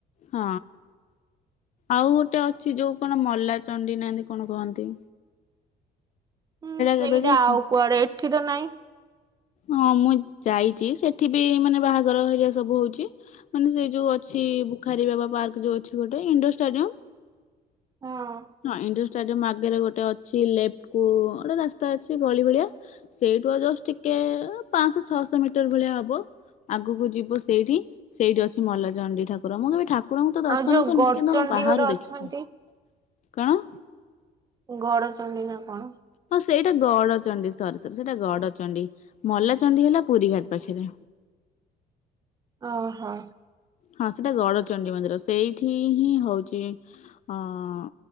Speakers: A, on the left; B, on the right.
A: ହଁ ଆଉ ଗୋଟେ ଅଛି ଯୋଉ କଣ ମଲା ଚଣ୍ଡୀ ନାନିନା କଣ କହନ୍ତି।
B: ହୁଁ ସେଇଟା
A: କେବେ ଯାଇଛ?
B: ଆଉ କୁଆଡେ ଏଠି ତ ନାଇଁ।
A: ହଁ ମୁଁ ଯାଇଚି। ସେଠି ବି ମାନେ ବାହାଘର ହେରିଆ ସବୁ ହଉଚି। ମାନେ ସେଇ ଯୋଉ ଅଛି ବୁଖାରୀ ବାବା ପାର୍କ ଯୋଉ ଅଛି ଗୋଟେ ଇଣ୍ଡୋର ଷ୍ଟାଡିୟମ।
B: ହଁ।
A: ହଁ ଇଣ୍ଡୋର ଷ୍ଟାଡିଏମ ଆଗରେ ଗୋଟେ ଅଛି ଲେଫ୍ଟ କୁ ଗୋଟେ ରାସ୍ତା ଅଛି ଗଳି ଭଳିଆ। ସେଇଠୁ ଆଉ ଜଷ୍ଟ ଟି କେ ପାଞ୍ଚଶହ ଛଅଶହ ମିଟର ଭଳିଆ ହବ। ଆଗକୁ ଯିବ ସେଇଠି ସେଇଠି ଅଛି ମଲା ଚଣ୍ଡୀ ଠାକୁର। ମୁଁ କେବେ ଠା ଠାକୁରଙ୍କୁ ତ ଦର୍ଶନ
B: ଆଉ ଯୋଉ
A: କରିନି
B: ଗଡଚଣ୍ଡୀ
A: କିନ୍ତୁ ବାହାରୁ
B: ଗୋଟେ ଅଛନ୍ତି
A: ଦେଖିଛି। କଣ?
B: ଗଡ ଚଣ୍ଡି ନା କଣ?
A: ହଁ ସେଇଟା ଗଡଚଣ୍ଡୀ ସରୀ ସରୀ ସେଇଟା ଗଡଚଣ୍ଡୀ। ମଲା ଚଣ୍ଡୀ ହେଲା ପୁରୀ ଘାଟ ପାଖରେ।
B: ଓହୋ।
A: ହଁ ସେଟା ଗଡଚଣ୍ଡୀ ମନ୍ଦିର ସେଇଠି ହିଁ ହୋଉଚି। ହଁ